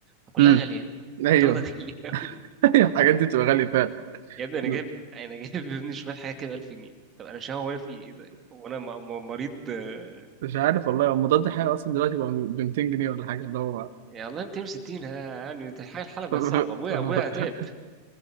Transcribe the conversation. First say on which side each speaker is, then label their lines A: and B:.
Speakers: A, on the right; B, on the right.
A: وكلها
B: امم
A: غاليه
B: ايوه
A: التوته
B: <laughs>
A: غاليه <laughs> قوي
B: أيوة، الحاجات دي بتبقى غاليه فعلا
A: يا ابني انا
B: <laughs>
A: جايب انا جايب يا ابني شويه حاجات كده 1000 جنيه طب انا مش هو انا في ايه طيب هو انا م- م- مريض آه،
B: مش عارف والله هو مضاد حيوي اصلا دلوقتي بقى ب 200 جنيه ولا حاجه اللي هو
A: يا الله 260 ها يعني حاجه الحلبه
B: <laughs>
A: صعبه ابويا ابويا تعب <laughs>